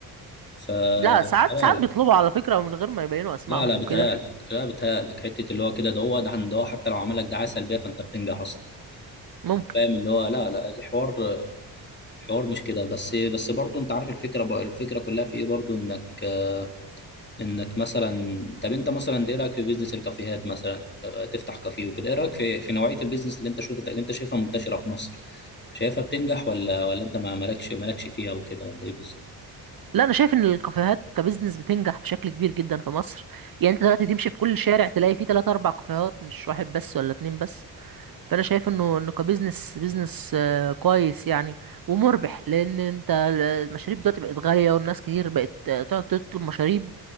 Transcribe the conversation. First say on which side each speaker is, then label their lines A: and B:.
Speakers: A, on the left; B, on the right.
A: ف
B: لا ساعات
A: لا
B: ساعات بيطلبوا على فكره من غير ما يبينوا اسمائهم
A: لا لا بيتهيألك
B: وكده
A: لا بيتهيألك حتة اللي هو كده ده هو ده عند هو حتى لو عملك دعاية سلبية فأنت بتنجح أصلا
B: ممكن
A: يعني فاهم اللي هو لا لا الحوار الحوار مش كده بس بس برضه أنت عارف الفكرة بقى- الفكرة كلها في إيه برضه إنك آه، إنك مثلا طب أنت مثلا إيه رأيك في بيزنس الكافيهات مثلا آه، تفتح كافيه وكده إيه رأيك في في نوعية البيزنس اللي أنت شفت اللي أنت شايفها منتشرة في مصر شايفها بتنجح ولا ولا أنت ما مالكش مالكش فيها وكده ولا إيه بالظبط؟
B: لا انا شايف ان الكافيهات كبزنس بتنجح بشكل كبير جدا في مصر يعني انت دلوقتي تمشي في كل شارع تلاقي فيه 3 4 كافيهات مش واحد بس ولا اتنين بس فانا شايف انه انه كبزنس بزنس آه، كويس يعني ومربح لان انت ال- المشاريب دلوقتي بقت غاليه والناس كتير بقت آه، تقعد تطلب مشاريب